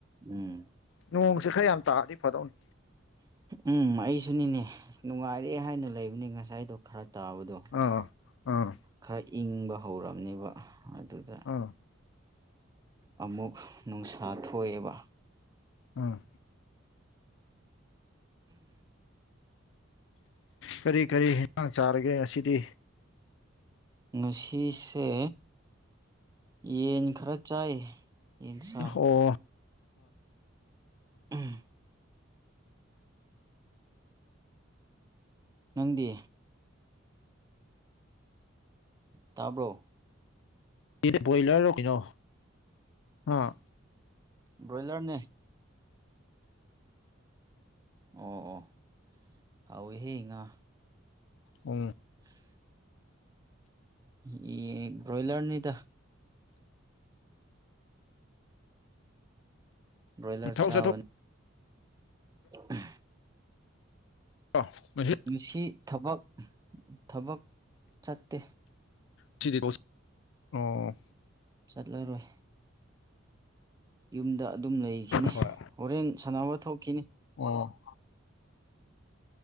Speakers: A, on the right; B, on the left.
A: ꯎꯝ
B: ꯅꯣꯡꯁꯦ ꯈꯔꯌꯥꯝ ꯇꯥꯗꯤ ꯐꯗꯧꯅꯤ
A: ꯎꯝ ꯑꯩꯁꯨꯅꯤꯅꯦ ꯑꯁ ꯅꯨꯡꯉꯥꯏꯔꯦ ꯍꯥꯏꯅ ꯂꯩꯕꯅꯤ ꯉꯁꯥꯏꯗꯣ ꯈꯔ ꯇꯥꯕꯗꯣ
B: ꯑꯥ ꯑꯥ
A: ꯈꯔ ꯏꯪꯕ ꯍꯧꯔꯝꯅꯦꯕ ꯑꯗꯨꯗ
B: ꯑꯥ
A: ꯑꯃꯨꯛ ꯅꯨꯡꯁꯥ ꯊꯣꯛꯑꯦꯕ
B: ꯑꯥ ꯀꯔꯤ ꯀꯔꯤ ꯍꯦꯉꯡ ꯆꯥꯔꯒꯦ ꯉꯁꯤꯗꯤ
A: ꯉꯁꯤꯁꯦ ꯌꯦꯟ ꯈꯔ ꯆꯥꯏ ꯌꯦꯟꯁꯥ
B: ꯑꯣ
A: ꯎꯝ ꯅꯪꯗꯤ ꯇꯥꯕ꯭ꯔꯣ
B: ꯏꯗꯤ ꯕꯣꯏꯂꯔꯔꯣ ꯀꯩꯅꯣ ꯑꯥ
A: ꯕꯔꯣꯏꯂꯔꯅꯦ ꯑꯣ ꯑꯣ ꯍꯥꯎꯋꯤꯍꯦ ꯉꯥ
B: ꯎꯝ
A: <inaudible> ꯌꯦꯟ ꯕ꯭ꯔꯣꯏꯂꯔꯅꯤꯗ ꯕ꯭ꯔꯣꯏꯂꯔ
B: ꯊꯕꯛ
A: ꯆꯥꯕꯅ ꯑ <unintelligible>
B: ꯑꯣ ꯃꯥꯁꯤ <unintelligible>
A: ꯉꯥꯁꯤ ꯊꯕꯛ ꯊꯕꯛ ꯆꯠꯇꯦ
B: ꯊꯤꯔꯤꯀꯣꯁꯤ ꯑꯣ
A: ꯆꯠꯂꯔꯣꯏ ꯌꯨꯝꯗ ꯑꯗꯨꯝ ꯂꯩꯈꯤꯅꯤ
B: ꯍꯣꯏ
A: ꯍꯣꯔꯦꯟ ꯁꯥꯟꯅꯕ ꯊꯣꯛꯈꯤꯅꯤ
B: ꯑꯣ